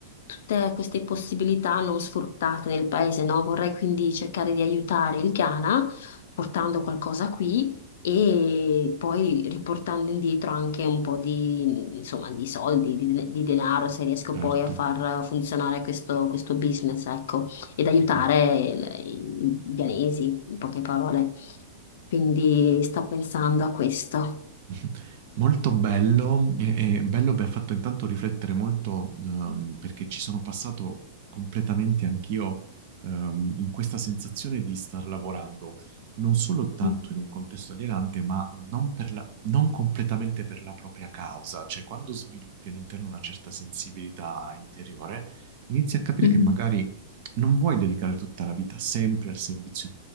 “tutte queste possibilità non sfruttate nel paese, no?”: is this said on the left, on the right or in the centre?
Left